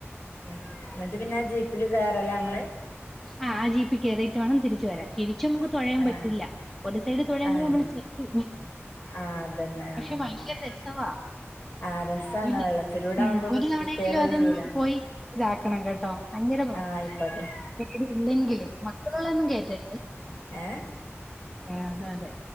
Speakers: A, on the left; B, in the centre.
A: <unintelligible> എന്നിട്ട് പിന്നെ ജീപ്പില് കേയറല്ലേ നമ്മള്
B: ആ ആ ജീപ്പി കയറിയിട്ട് വേണം തിരിച്ചു വരാൻ തിരി ച്ചും നമുക്ക് തൊഴയാൻ
A: ആഹ്
B: പറ്റില്ല ഒരു സൈഡ് തൊഴയ്പോ
A: ആഹ്
B: നമ്മള് ചെത്തു
A: ആഹ് അതന്നെ ആഹ്
B: പക്ഷെ ഭയങ്കര രസവാ
A: ആഹ് രസാണ്
B: <unintelligible> ഉം
A: വെള്ളത്തിലൂടെ ആവുമ്പോ
B: ഒരു തവണയെങ്കിലും
A: പ്രത്യേക ഒരു
B: അതൊന്ന്
A: ഫീലാണ്
B: പോയി ഇതാക്കണം കേട്ടോ അങ്ങര പോ
A: ആഹ് ആയിക്കോട്ടെ
B: പേടി ഇല്ലെങ്കില് മക്കളള്ളൊന്നും കേറ്റരുത്
A: ഏ
B: ആ അതെ